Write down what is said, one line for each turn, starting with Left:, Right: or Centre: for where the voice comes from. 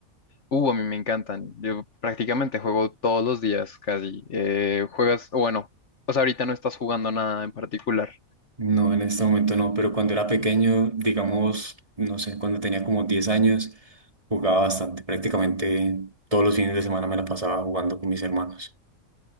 Left: Uh, a mí me encantan. Yo prácticamente juego todos los días casi. Eh, juegas, o bueno, pues ahorita no estás jugando nada en particular.
Right: No, en este momento no, pero cuando era pequeño, digamos, no sé, cuando tenía como 10 años, jugaba bastante. Prácticamente todos los fines de semana me la pasaba jugando con mis hermanos.